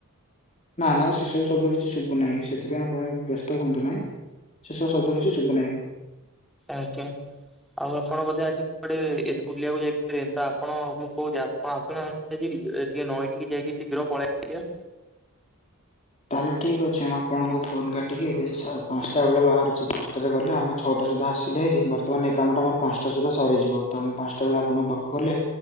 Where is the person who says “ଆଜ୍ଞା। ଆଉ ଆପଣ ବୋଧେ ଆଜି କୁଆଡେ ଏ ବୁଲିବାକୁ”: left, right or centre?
Centre